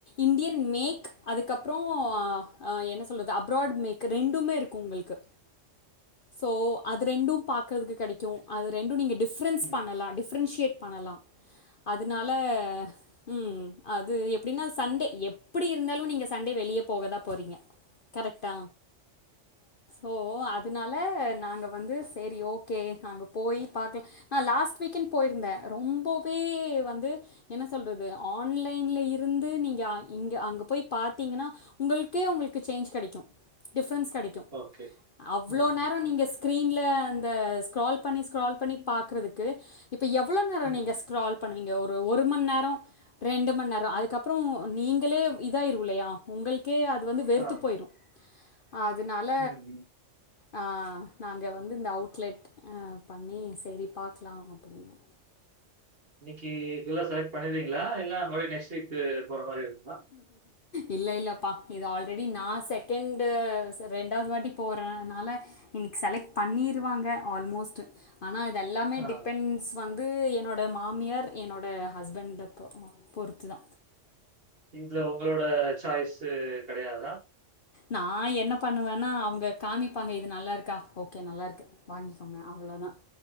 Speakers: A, on the left; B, on the right.
A: இண்டியன் மேக் அதுக்கப் ப்றோ ஆ என்ன சொல்றது அப்ராட் மேக் ரெண்டுமே இருக்கு உங்களுக்கு ஸோ அது ரெண்டு பாக்கறதுக்கு கெடைக்கு அது ரெண்டு நீங்க டிஃப் ரன்ஸ்
B: ம்.
A: பண்ணலா டிப்ரென்ஷியேட் பண்ணலா அதுனால ம் அது எப்டினா சண்டே எப்டி இருந்தாலு நீங்க சண்டே வெளியே போகதா போறீங்க கரெக்ட்டா ஓ அதனால நாங்க வந்து செரி ஓகே அங்க போய் பாக்கலா நா லாஸ்ட் வீக்கென் போயிருந்தே ரொம்பவே வந்து என்ன சொல்றது ஆன்லைன்ல இருந்து நீங்க இங்க அங்க போய் பாத்தீங்கனா உங்களுக்கே உங்களுக்கு சேஞ்ச் கெடைக்கு டிஃப்பரன்ஸ் கெடைக்கு
B: ஓகே.
A: அவ்ளோ
B: ம்ஹ்ம்.
A: நேரோ நீங்க ஸ்க்ரீனல அந்த ஸ்க்ரால் பண்ணி ஸ்க்ரால் பண்ணி பாக்கறதுக்கு இப்போ எவ்வளோ நேரோ
B: ம்.
A: நீங்க ஸ்கரால் பண்ணுவீங்க ஒரு ஒரு மண் நேரோ ரெண்டு மண் நேரோ அதுக்கப்புறம் நீங்களே இ தா ஆயிருன்லயா உங்கள்கே அது வந்து வெறுத்து
B: ஆமா.
A: போயிரும் அதுனால
B: ம்ஹ்ம்.
A: ஆன் நாங்க வந்து இந்த அவுட்லெட் ஆ பண்ணி செரி பாக்கலாம் அப்டின்னு
B: இன்னைக்கி புல்லா செலக்ட் பண்ணிருவிங்களா இல்ல மறுபடி நெக்ஸ்ட் வீக்கு போற மாரி இருக்குமா
A: இல்ல இல்லப்பா இது ஆல்ரெடி நா செகண்டு செ ரெண்டாவது வாட்டி போறனால இன்னிக் செலக்ட் பண்ணிருவாங்க ஆல்மோஸ்ட் ஆனா இதெல்லாமே
B: ஆ.
A: டிபெண்ட்ஸ் வந்து என்னோட மாமியார் என்னோட ஹஸ்பண்ட பொ பொறுத்து தா
B: இஞ்ச ஒங்களோட சாய்ஸ்சு கெடயாதா?
A: நா என்ன பண்ணுவன்னா அவங்க காமிப்பாங்க இது நல்லா இருக்கா ஓகே நல்லாருக்கு வாங்கிக்கோங்க அவ்ளோதா